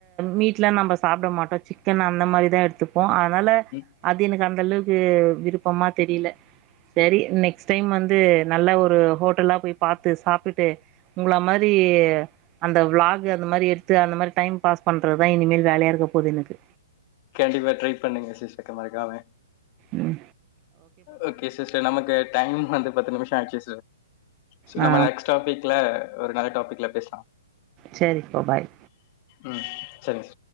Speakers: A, on the right; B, on the left.
A: மீட்லாம் நம்ப சாப்பிட மாட்டோ சிக்கன் அந்த மாரிதா எடுத்துப்போ அதனால
B: ம்.
A: அது எனக்க அந்த அளவுக்கு விருப்பமா தெரியல சரி நெக்ஸ்ட் டைம் வந்து நல்ல ஒரு ஹோட்டலா போய் பாத்து சாப்ட்டுட்டு உங்கள மாரி அந்த விளாக் அந்த மாரி எடுத்து அந்த மாரி டைம் பாஸ் பண்றதுதான் இனிமேல் ஜாலியா இருக்க போது எனக்கு
B: கண்டிப்பா ட்ரை பண்ணுங்க சிஷ்டர் க்கானே
A: உம்
B: ஓகே சிஸ்டர் நமக்கு டைம் வந்து பத்து நிமிஷ ஆச்சு சோ
A: ஆ
B: நம்ம நெக்ஸ்ட் டாபிக்ல ஒரு நல்ல டாபிக்ல பேசலா
A: சரிப்பா பாய்
B: உம் சரிங்க